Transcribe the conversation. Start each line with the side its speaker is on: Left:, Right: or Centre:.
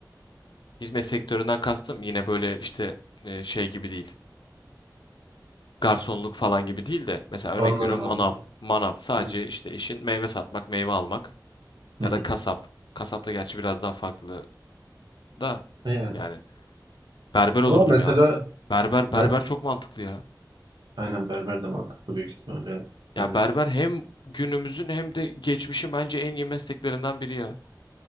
Left: Hizmet sektöründen kastım yine böyle işte e, şey gibi değil. Garsonluk falan gibi değil de mesela
Right: Anladım
Left: örnek veriyorum
Right: anladım.
Left: manav. Manav sadece
Right: Hı
Left: işte işin meyve satmak, meyve almak
Right: hı.
Left: ya
Right: hı.
Left: da kasap. Kasap da gerçi biraz daha farklı da
Right: Yani.
Left: yani berber olurdum
Right: Ama mesela
Left: ya. Berber
Right: ben
Left: berber çok mantıklı ya.
Right: aynen berber de mantıklı büyük ihtimalle.
Left: Ya
Right: Ben de
Left: berber hem günümüzün hem de geçmişin bence en iyi mesleklerinden biri ya.